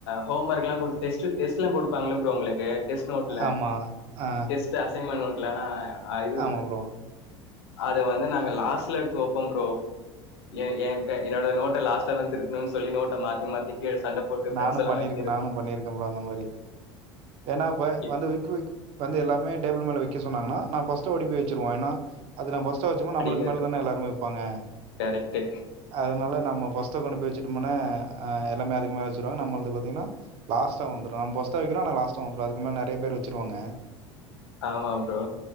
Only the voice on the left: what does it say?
ஹோம் ஒர்க் எல்லா குடுத்து டெஸ்ட் டெஸ்ட்லா குடுப்பாங்கல்ல ப்ரோ உங்களுக்கு டெஸ்ட் நோட்ல
டெஸ்ட்டு அசைமெண்ட் நோட்ல அ அ இது
அதை வந்து நாங்க லாஸ்ல்ல எடுத்து வெப்போம்ப்ரோ ஏ என்ன என்னோட நோட்ட லாஸ்டா தா திருத்தணுன்னு சொல்லி நோட்ட மாத்தி மாத்தி கீழ சண்ட போட்டு ஃப்ரெண்ட்ஸ்
எல்லா
வைக்கிறது
ஓகே
அடியில
இருக்கு
கரெக்ட்
ஆமாம் ப்ரோ